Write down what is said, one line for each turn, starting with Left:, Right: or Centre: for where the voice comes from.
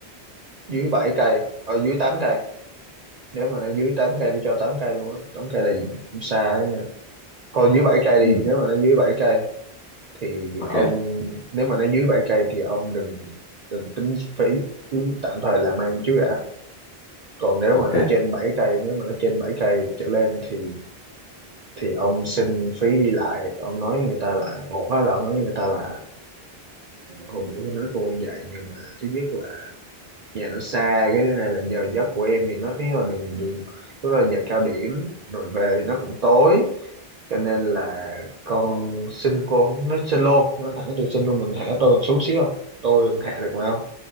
Right: dưới bảy cây ở dưới tám cây nếu mà nó dưới 8 cây đi cho 8 cây luôn á 8 cây là xa đó thôi dưới 7 cây đi
Left: ừ
Right: nếu mà nó dưới bảy cây thì
Left: ok
Right: ông nếu mà nó dưới 7 cây thì ông đừng đừng tính phí cứ tạm thời làm ăn trước đã còn nếu
Left: ok
Right: mà nó trên 7 cây nếu mà nó trên 7 cây trở lên thì thì ông xin phí đi lại ông nói người ta là một á là ông nói với người ta là hôm bữa con nói cô dạy nhưng mà thứ nhất là nhà nó xa cái thứ hai là giờ giấc của em thì nó thấy là đường đường lúc đó là giờ cao điểm rồi về thì nó cũng tối cho nên là con xin cô nói xin luôn nói thẳng từ xin luôn mình hạ tôi mình xuống xíu không tôi hạ được mà không